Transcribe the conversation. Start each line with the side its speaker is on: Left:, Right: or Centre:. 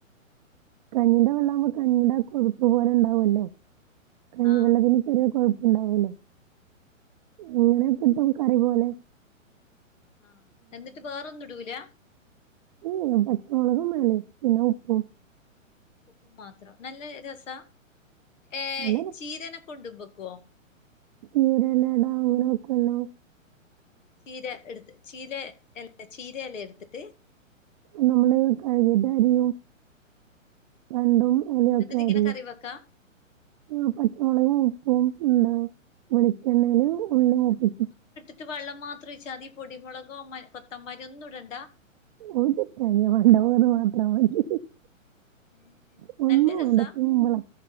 Right: കഞ്ഞിന്റെ വെള്ളംആകുമ്പോ കഞ്ഞിയുടെ കൊഴുപ്പ് പോലെ ഉണ്ടാവുമല്ലോ കഞ്ഞിവെള്ളത്തിന്
Left: ആഹ്
Right: ചെറിയ കൊഴുപ്പുണ്ടാവുല്ലേ ഇങ്ങനെ കിട്ടും കറി പോലെ
Left: ആഹ് എന്നിട്ട് വേറൊന്നും ഇടൂല
Right: ഏഹ് പച്ചമുളകും <unintelligible> പിന്നെ ഉപ്പും
Left: ഉപ്പും മാത്രം നല്ല രസ ഏഹ്
Right: നല്ല
Left: ചീരനെ കൊണ്ടും വെക്കോ?
Right: ഈ ഒരെലേട അങ്ങനെ വെക്കുവല്ലോ
Left: ചീര എടുത്ത് ചീര എല ചീര എല എടുത്തിട്ട്
Right: നമ്മള് കയികധരിയൊ രണ്ടും ഉളിയൊക്കെ
Left: എന്നിട്ട് ഇങ്ങനെ
Right: അരിയ
Left: കറി വെക്കാ
Right: ആഹ് പച്ചമുളകും ഉപ്പും ഉണ്ടാവും വെളിച്ചെണ്ണേല് ഉള്ളി മൂപ്പിക്ക
Left: ഇട്ട വെള്ളം മാത്രം ഒഴിച്ചാൽ മതി പൊടി മുളകോ കൊത്തന്മാരി ഒന്നും ഇടണ്ട
Right: <unintelligible> മാത്രം മതി
Left: ഏഹ്
Right: ഫുള്ളും
Left: നല്ല രസാ
Right: ഉണ്ട് കുമ്പളം